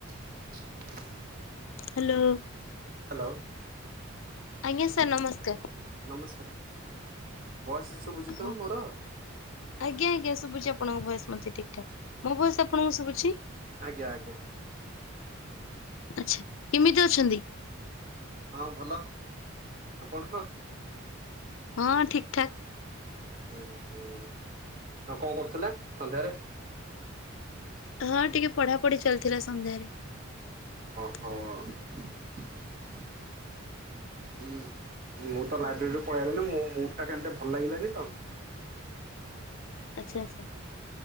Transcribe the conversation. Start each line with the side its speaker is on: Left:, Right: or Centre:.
Right: <inaudible>
Left: Hello
Right: hello
Left: ଆଜ୍ଞା sir ନମସ୍କାର।
Right: ନମସ୍କାର। ଭଏସ ଶୁଭୁଛି
Left: ହଁ
Right: ତ ମୋର?
Left: ଆଜ୍ଞା ଆଜ୍ଞା ଶୁଭୁଛି ଆପଣଙ୍କ ଭୟସ ମତେ ଠିକ ଠାକ ମୋ ଭୟସ ଆପଣକୁ ଶୁଭୁଛି।
Right: ଆଜ୍ଞା ଆଜ୍ଞା
Left: ଆଛା କେମିତି ଅଛନ୍ତି?
Right: ହଁ ଭଲ ଆପଣ କ
Left: ହଁ ଠିକ ଠାକ
Right: ହୁଁ ହୁଁ ଆଉ କଣ କରୁଥିଲେ ସନ୍ଧ୍ୟାରେ?
Left: ହଁ ଟିକେ ପଢା ପଢି ଚାଲିଥିଲା ସନ୍ଧ୍ୟାରେ
Right: ହଁ ହଁ ମୁଁ ତ ଲାଇବ୍ରେରୀରୁୁ ପଳେଇଲିି ମୁ ଟା କେମତି ଭଲ ଲାଗିଲାନି ତ
Left: ଆଚଛା ଆଛା